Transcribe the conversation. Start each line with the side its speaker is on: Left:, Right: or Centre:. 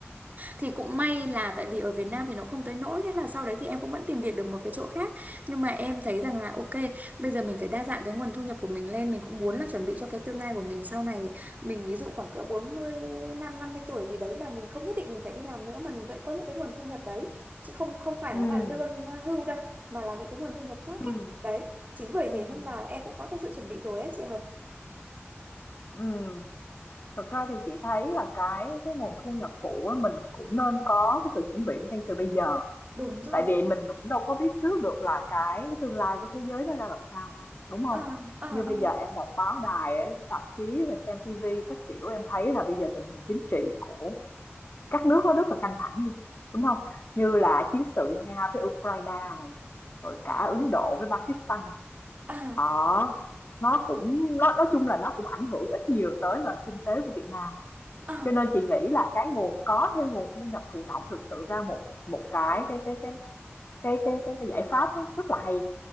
Right: thì cũng may là tại vì ở Việt Nam thì nó không tới nỗi thế là sau đấy thì em cũng vẫn tìm việc được một cái chỗ khác nhưng mà em thấy rằng là ok bây giờ mình phải đa dạng cái nguồn thu nhập của mình lên mình cũng muốn là chuẩn bị cho cái tương lai của mình sau này mình ví dụ khoảng cỡ bốn mươi năm năm mươi tuổi thì đấy là mình không nhất định mình phải đi làm nữa mà mình vẫn có những cái nguồn thu nhập đấy chứ không không phải
Left: ừm,
Right: nó là lương hưu đâu mà là những cái nguồn thu nhập khác
Left: ừm,
Right: ấy. đấy chính bởi
Left: ừm,
Right: thế nên là em cũng có cái sự chuẩn bị rồi ấy chị Hợp
Left: ừm. Thật ra thì chị thấy là cái cái nguồn thu nhập phụ á, mình cũng nên có cái sự chuẩn bị ngay từ bây giờ.
Right: đúng rồi
Left: Tại vì mình cũng đâu có biết trước được là cái cái tương lai của thế giới nó ra làm sao, đúng không?
Right: à, à,
Left: Như bây
Right: à,
Left: giờ em đọc báo đài, ấy, tạp chí, rồi xem tivi các kiểu em thấy là bây giờ tình hình chính trị của các nước nó rất là căng thẳng đi, đúng không? Như là chiến sự Nga với Ukraine này, rồi cả Ấn Độ với Pakistan này.
Right: à,
Left: Đó, nó cũng nó nói chung là nó cũng ảnh hưởng ít nhiều tới nền kinh tế của Việt Nam
Right: à, à,
Left: cho nên chị nghĩ là cái nguồn có thêm nguồn thu nhập thụ động thực sự ra một một cái cái cái cái cái cái cái, cái giải pháp rất là hay.